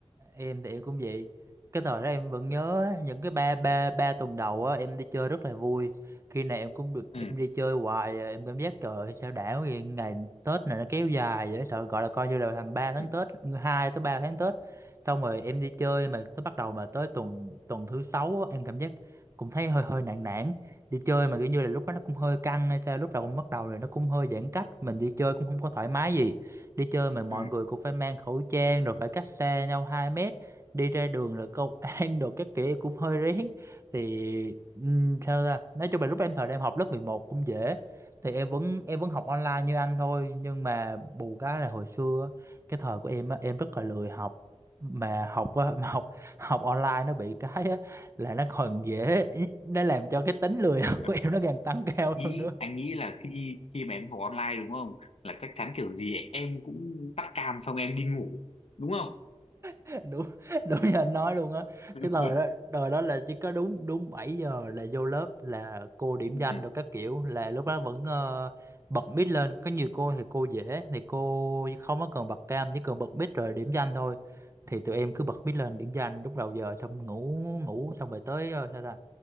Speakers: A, on the right; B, on the left.
A: em thì em cũng vậy cái thời đó em vẫn nhớ á, những cái ba ba ba tuần đầu á em đi chơi rất là vui khi nào em cũng được
B: ừ
A: em đi chơi hoài à, em cảm giác trời ơi, sao đảo vậy ngày Tết này nó kéo dài vậy sợ gọi là coi như là thành 3 tháng
B: ừ
A: Tết 2 tới 3 tháng Tết xong rồi em đi chơi mà tới bắt đầu mà tới tuần tuần thứ sáu á, em cảm giác cũng thấy hơi hơi nản nản đi chơi mà kiểu như là lúc đó nó cũng hơi căng hay sao lúc đầu cũng bắt đầu rồi nó cũng hơi giãn cách mình đi chơi cũng không có thoải mái gì đi chơi mà mọi
B: ừ
A: người cũng phải mang khẩu trang rồi phải cách xa nhau 2 mét đi ra đường rồi công <laughs> an đồ các kiểu cũng hơi rén thì ừm, sao ta nói chung là lúc em thời em học lớp 11 cũng dễ thì em vẫn em vẫn học online như anh thôi nhưng mà bù cái là hồi xưa á, cái thời của em á em rất là lười học mà học á- <laughs> mà học học online nó bị cái á, là nó còn dễ nó làm cho cái tính lười học
B: Mà
A: của em nó càng tăng cao
B: nghĩ
A: hơn nữa
B: anh nghĩ là khi khi mà em học online đúng không là chắc chắn kiểu gì em cũng tắt cam xong em đi ngủ đúng không
A: <laughs> đúng đúng như anh nói luôn á
B: <laughs>
A: cái thời đó thời đó là chỉ có đúng đúng 7 giờ là vô lớp là cô điểm
B: ừ
A: danh rồi các kiểu là lúc đó vẫn ờ, bật mic lên có nhiều cô thì cô dễ thì cô không có cần bật cam chỉ cần bật mic rồi điểm danh thôi thì tụi em cứ bật mic lên điểm danh lúc đầu giờ xong ngủ ngủ xong rồi tới ờ, sao ta